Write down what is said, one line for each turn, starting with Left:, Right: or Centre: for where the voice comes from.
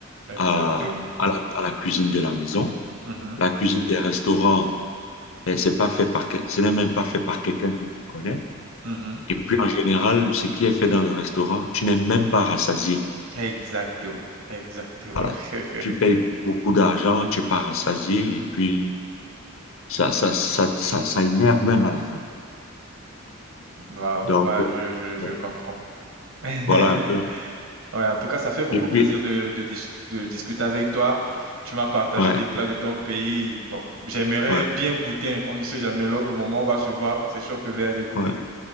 Right: Exactement.
Left: à, à la, à la cuisine de la maison.
Right: Mhm.
Left: La cuisine des restaurants, ben, c'est pas fait par, que- ce n'est même pas fait par quelqu'un que tu connais.
Right: Mhm.
Left: Et puis, en général, ce qui est fait dans le restaurant, tu n'es même pas rassasié.
Right: Exactement. Exactement.
Left: Voilà.
Right: <laughs>
Left: Tu payes beaucoup d'argent, tu n'es pas rassasié, et puis ça, ça, ça, ça, ça énerve même à la fin.
Right: Ouais,
Left: Donc,
Right: ouais,
Left: euh,
Right: je, je, je
Left: vo-
Right: comprends. <laughs>
Left: voilà un peu.
Right: Ouais, en tout cas, ça fait beaucoup
Left: Et puis,
Right: plaisir de, de, dis- de discuter avec toi. Tu m'as partagé
Left: ouais,
Right: des plats de ton pays. Bon, j'aimerais
Left: ouais,
Right: bien goûter. hein. On ne sait jamais là, au moment où on va se voir. C'est sûr que je vais aller goûter.
Left: ouais.